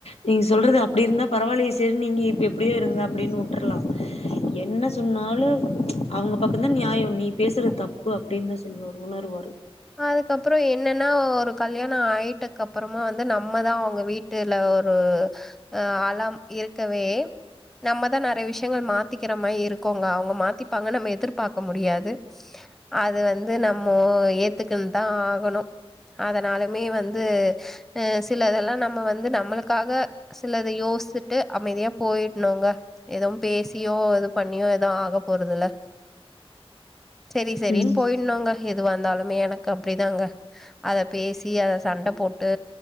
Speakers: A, on the left; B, in the centre.
A: நீங் சொல்றது
B: ம்
A: அப்புடி இருந்தா பரவால்லியே ஸ் செர் நீங்கி இப் எப்பிடியோ இருங்க அப்பிடின்னு உட்ருல்லா என்ன சொன்னாலு அவுங்க பக்கோ தா நியாயோ நீ பேசுறத் தப்பு அப்டின்னு சொல்வாரு உணருவாரு
B: அதுக்கப்புறோ என்னென்னா ஒரு கல்யாணோ ஆயிட்டக்கப்புறமா வந்து நம்மதா அவுங்க வீட்டுல ஒரூ அ அலாம் இருக் க்கவே நம்ம தா நறைய விஷ்யங்கள் மாத்திக்கிற மாரி இருக்கோங்ஙா அவுங்க மாத்திப்பாங்க நம்ம எதிர்பாக்க முடியாது அது வந்து நம் ம்மோ ஏத் துக்குன் தா ஆகணு அதனாலுமே வந்த அ சிலதெல்லா நம்ம வந்து நம்மளுக்காக சிலத யோஸ்திட்டு அமைதியா போயிட்னோங்க ஏதவும் பேசியோ இது பண்ணியோ ஏதவு ஆக போறதுல்ல சேரி சேரின்
A: ம்
B: போயிட்னோங்க எ து வந்தாலு மே எனக் கு அப்டிதாங்க அத பேசி அத சண்டப் போட்டு